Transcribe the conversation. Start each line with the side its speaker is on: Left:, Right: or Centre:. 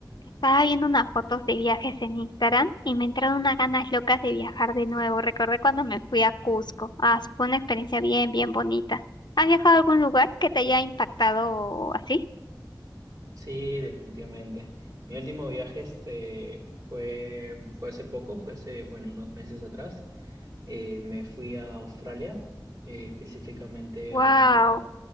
Left: Estaba viendo unas fotos de viajes en Instagram y me entraron unas ganas locas de viajar de nuevo. Recordé cuando me fui a Cusco. Ah, eso fue una experiencia bien, bien bonita. ¿Has viajado a algún lugar que te haya impactado así?
Right: Sí, definitivamente. Mi último viaje este, fue, fue hace poco, fue hace, bueno, unos meses atrás. Eh, me fui a Australia, eh, específicamente
Left: Wow,
Right: a una ciudad,